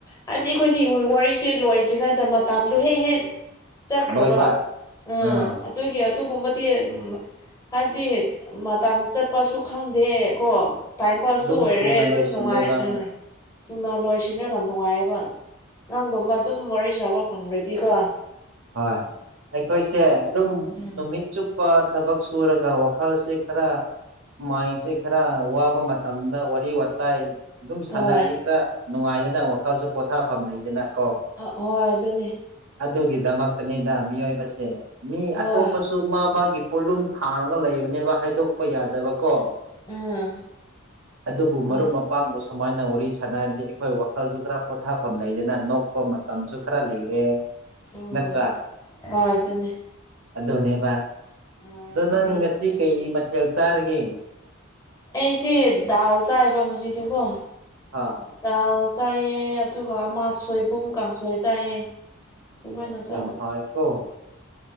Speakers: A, on the left; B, on the right.
A: ꯍꯥꯏꯗꯤ ꯑꯩꯈꯣꯏꯅꯤ ꯋꯥꯔꯤꯁꯦ ꯂꯣꯏꯗ꯭ꯔꯤꯉꯩꯗ ꯃꯇꯥꯝꯗꯣ ꯍꯦꯛ ꯍꯦꯛ ꯆꯠꯈ꯭ꯔꯕꯣ
B: ꯂꯣꯏꯕ
A: ꯎꯝ
B: ꯑꯥ
A: ꯑꯗꯨꯒꯤ ꯑꯗꯨꯒꯨꯝꯕꯗꯤ ꯎꯝ ꯍꯥꯏꯕꯗꯤ ꯃꯇꯝ ꯆꯠꯄꯁꯨ ꯈꯪꯗꯦ ꯀꯣ ꯇꯥꯏꯝ ꯄꯥꯁꯁꯨ
B: ꯑꯗꯨꯝ
A: ꯑꯣꯏꯔꯦ
B: ꯊꯨꯅ
A: ꯑꯗꯨꯝ
B: ꯂꯣꯏꯁꯤꯜꯂꯦꯕ
A: ꯅꯨꯡꯉꯥꯏ ꯎꯝ ꯊꯨꯅ ꯂꯣꯏꯁꯤꯟꯔꯒ ꯅꯨꯡꯉꯥꯏꯑꯕ ꯅꯪꯒꯨꯝꯕ ꯑꯗꯨꯝ ꯋꯥꯔꯤ ꯁꯥꯕ ꯐꯪꯔꯗꯤꯀꯣ
B: ꯍꯣꯏ ꯑꯩꯈꯣꯏꯁꯦ ꯑꯗꯨꯝ
A: ꯎꯝ
B: ꯅꯨꯃꯤꯠ ꯆꯨꯞꯄ ꯊꯕꯛ ꯁꯨꯔꯒ ꯋꯥꯈꯜꯁꯦ ꯈꯔ ꯃꯥꯏꯟꯁꯦ ꯈꯔ ꯋꯥꯕ ꯃꯇꯝꯗ ꯋꯥꯔꯤ ꯋꯥꯇꯥꯏ ꯑꯗꯨꯝ
A: ꯍꯣꯏ
B: ꯁꯥꯟꯅꯔꯗꯤ ꯈꯔ ꯅꯨꯡꯉꯥꯏꯗꯅ ꯋꯥꯈꯜꯁꯨ ꯄꯣꯊꯥꯐꯝ ꯂꯩꯗꯅ ꯀꯣ
A: ꯑ ꯍꯣꯏ ꯑꯗꯨꯅꯦ
B: ꯑꯗꯨꯒꯤꯗꯃꯛꯇꯅꯤꯗ ꯃꯤꯑꯣꯏꯕꯁꯦ ꯃꯤ
A: ꯍꯣꯏ
B: ꯑꯇꯣꯞꯄꯁꯨ ꯃꯥ ꯃꯥꯒꯤ ꯄꯣꯠꯂꯨꯝ ꯊꯥꯡꯔꯒ ꯂꯩꯕꯅꯦꯕ ꯍꯥꯏꯗꯣꯛꯄ ꯌꯥꯗꯕꯀꯣ
A: ꯎꯝ
B: ꯑꯗꯨꯕꯨ
A: ꯍꯣꯏ
B: ꯃꯔꯨꯞꯃꯄ ꯄꯥꯥꯡꯕꯨ ꯁꯨꯃꯥꯏꯅ ꯋꯥꯔꯤ ꯁꯥꯟꯅꯔꯗꯤ ꯑꯩꯈꯣꯏ ꯋꯥꯈꯜꯁꯨ ꯈꯔ ꯄꯣꯊꯥꯐꯝ ꯂꯩꯗꯅ ꯅꯣꯛꯄ ꯃꯇꯝꯁꯨ ꯈꯔ ꯂꯩꯔꯦ
A: ꯎꯝ
B: ꯅꯠꯇ꯭ꯔꯥ
A: ꯍꯣꯏ ꯑꯗꯨꯅꯦ
B: ꯑꯗꯨꯅꯦꯕ
A: ꯍꯣꯏ
B: ꯑꯗꯣ
A: ꯑꯗꯨꯒꯤꯅꯦ
B: ꯅꯪ ꯉꯁꯤ ꯀꯩ ꯃꯊꯦꯜ ꯆꯥꯔꯒꯦ
A: ꯑꯩꯁꯤꯦ ꯗꯥꯎ ꯆꯥꯏꯕ ꯉꯗꯀꯣ
B: ꯍ
A: ꯗꯥꯎ ꯆꯥꯏꯑ ꯑꯗꯨꯒ ꯑꯃꯁꯣꯏꯕꯨꯝ ꯀꯥꯡꯁꯣꯏ ꯆꯥꯏꯌꯦ ꯑꯗꯨꯃꯥꯏꯅ
B: ꯑꯣ
A: ꯆꯥꯕ
B: ꯌꯥꯝ ꯍꯥꯥꯔꯀꯣ